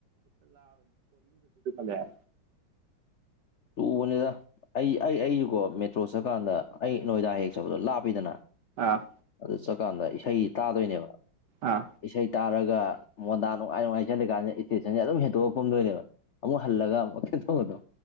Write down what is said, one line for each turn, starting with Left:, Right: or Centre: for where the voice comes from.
Right: <unintelligible>
Left: ꯇꯨꯕꯅꯤꯗ ꯑꯩ ꯑꯩ ꯑꯩ ꯀꯣ ꯃꯦꯇ꯭ꯔꯣ ꯆꯠꯀꯥꯟꯗ ꯑꯩ ꯅꯣꯏꯗꯥ ꯍꯦꯛ ꯆꯠꯕꯗꯣ ꯂꯥꯞꯄꯤꯗꯅ
Right: ꯑꯥ
Left: ꯑꯗꯨ ꯆꯠꯀꯥꯟꯗ ꯏꯁꯩ ꯇꯥꯗꯣꯏꯅꯦꯕ
Right: ꯑꯥ
Left: ꯏꯁꯩ ꯇꯥꯔꯒ ꯃꯣꯟꯗꯥ ꯅꯨꯡꯉꯥꯏ ꯅꯨꯡꯉꯥꯏ ꯆꯞꯂꯒꯥꯟꯗꯗꯤ ꯏꯁꯇꯦꯁꯟꯁꯦ ꯑꯗꯨꯝ ꯍꯦꯟꯇꯣꯛꯑꯒ ꯀꯨꯝꯗꯣꯏꯅꯦꯕ ꯑꯃꯨꯛ ꯍꯜꯂꯒ <unintelligible>